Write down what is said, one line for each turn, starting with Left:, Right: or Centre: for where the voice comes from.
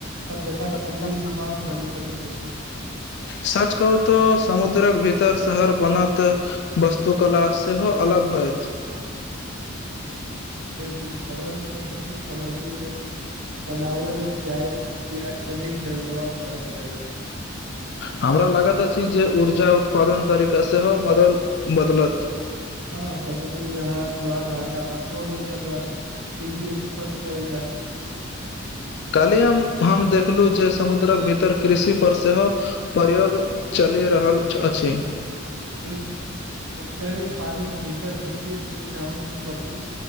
Right: सभ्यतााक
Left: सच
Right: अगली सीमा त बलि सकैत अछी।
Left: सच कहू तऽ समुद्रक भीतर शहर बनत। तऽ वस्तुकला सेहो अलग होयत।
Right: <unintelligible> बिलकुल भवन सब विशेष सामग्रीमे बनाओल जायत। जे अत्यधिक जलदबाव सहन करि सकै।
Left: हमरा लागति अछि जे ऊर्जा उत्पादन तरीका सेहो बदल बदलत।
Right: हँ समुद्री लहर ज्वारभाटा आ सौर ऊर्जा द्वारा बिजली उत्पन्न कैल जा सकत अछि।
Left: काल्हि हम हम देखलू जे समुद्रक भीतर कृषि पर सेहो प्रयोग च चलि रहल अछि।
Right: बिलकुल वैज्ञानिक पानिक भीतर विशेष ग्रीन हाउस मे सब्जी